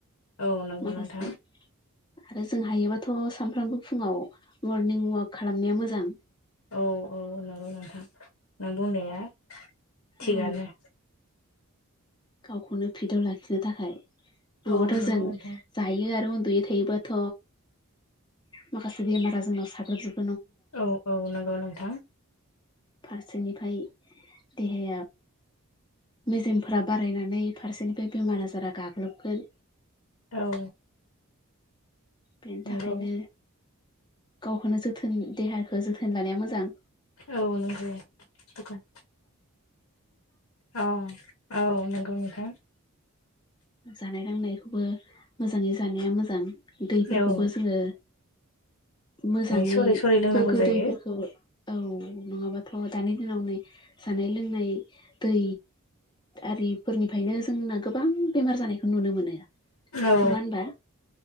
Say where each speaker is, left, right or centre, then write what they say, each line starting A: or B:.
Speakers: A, on the left; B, on the left.
A: औ नंगौ
B: माखासे
A: नोंथां।
B: आरो जों हायोबाथ' सामफ्रामबो फुङाव मरनिं वाक खालामनाया मोजां
A: औ औ नंगौ नोंथां नों बुंनाया थिगानो।
B: औ गावखौनो फिदआव लाखिनो थाखाय नङाबाथ'
A: औ नंगौ
B: जों
A: नोंथां
B: जायो आरो उन दुयै थायोबाथ' माखासे बेमारा जोंनाव साग्लोबजोब
A: औ औ नंगौ नोंथां।
B: फारसेनिफ्राय देहाया मेजेमफोराब बारायनानै फारसेनिफ्राय बेमार आजारा गाग्लोबगोन
A: औ।
B: बेनि थाखायनो
A: नंगौ
B: गावखौनो जोथोन देहाखौ जोथोन लानाया मोजां
A: औ नंगौ दखान अ औ औ औ नंगौ नोंथां
B: जानाय लोंनायखौबो मोजाङै जानाया मोजां दैफोरखौबो
A: औ
B: जोङो मोजाङै
A: सरै सरै लोंनांगौ
B: गोग्गो
A: जायो
B: दैैफोरखौ औ नङाबाथ' दानि दिनाव नै जानाय लोंनाय दै आरिफोरनिफ्रायनो जोंना गोबां बेमार जानायखौ नुनो मोनो नङा
A: औ
B: होनबा